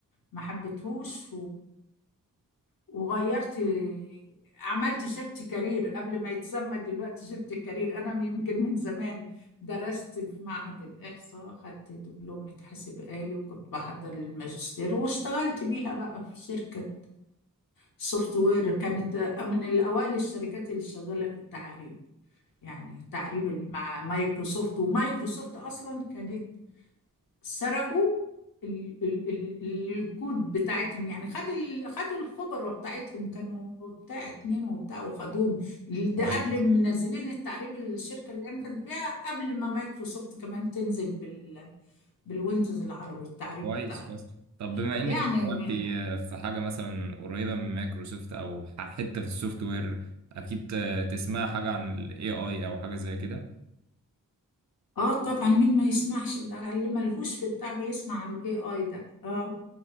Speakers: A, on the left (about 80°); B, on the right (about 55°).
A: ما حبيتهوش وغيرت عملت شيفت كارير قبل ما يتسمى دلوقتي شيفت كارير انا يمكن من زمان درست في معهد الاحصاء خدت دبلومة حاسب آلي وكنت بحضر للماجستير واشتغلت بيها بقى في شركة سوفت وير كانت من الاوائل الشركات اللي شغالة في التعريب يعني تعريب مع مايكروسوفت ومايكروسوفت اصلا كانت سرقوا ال ال ال الكود بتاعتهم يعني خد ال خدوا الخبرة بتاعتهم كانوا بتاع اتنين وبتاع وخدوهم ده
B: كويس
A: قبل ما منزلين التعريب الشركة اللي انا كنت فيها قبل ما مايكروسوفت كمان تنزل بال بالويندوز العربي التعريب
B: كويس
A: بتاعها
B: كويس طب بما انك
A: يعني
B: اشتغلت في حاجه مثلا قريبه من مايكروسوفت او ح- حته في السوفت وير اكيد تسمع حاجه عن الاي اي او حاجه زي كده
A: اه طبعا مين ما يسمعش ده اللي ملهوش في بتاع بيسمع الاي اي ده اه